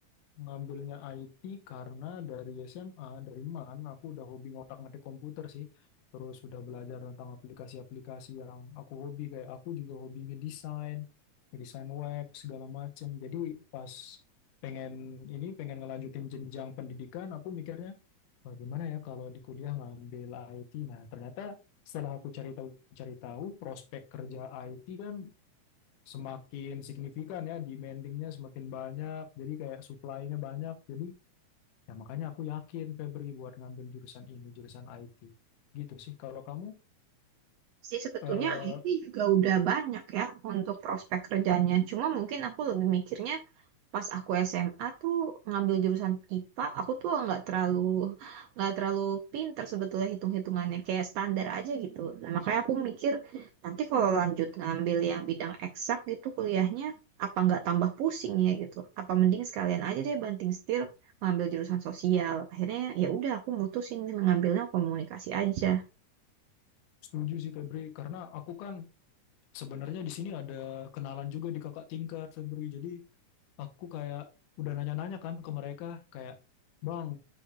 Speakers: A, on the left; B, on the right.
A: ngambilnya IT karena dari SMA, dari MAN, aku udah hobi ngotak-ngatik komputer sih. Terus udah belajar tentang aplikasi-aplikasi yang aku hobi. Kayak aku juga hobi ngedesain, ngedesain web, segala macem. Jadi pas pengen ini, pengen ngelanjutin jenjang pendidikan, aku mikirnya, "Wah, gimana ya kalau di kuliah ngambil IT? Nah, ternyata setelah aku cari tahu-cari tahu, prospek kerja IT kan semakin signifikan ya, demandingnya semakin banyak, jadi kayak supply-nya banyak. Jadi ya makanya aku yakin Febri buat ngambil jurusan ini, jurusan IT. Gitu sih. Kalau kamu
B: Sih sebetulnya
A: eh,
B: ini juga udah banyak ya untuk prospek kerjanya. Cuma mungkin aku lebih mikirnya pas aku SMA tuh ngambil jurusan IPA, aku tuh nggak terlalu nggak terlalu pinter sebetulnya hitung-hitungannya kayak standar aja gitu. Nah, makanya aku mikir nanti kalau lanjut ngambil yang bidang eksak gitu kuliahnya apa nggak tambah pusing ya gitu. Apa mending sekalian aja deh banting setir ngambil jurusan sosial. Akhirnya ya udah aku mutusin mengambilnya komunikasi aja.
A: setuju sih Febri karena aku kan sebenarnya di sini ada kenalan juga di kakak tingkat Febri. Jadi aku kayak udah nanya-nanya kan ke mereka kayak bang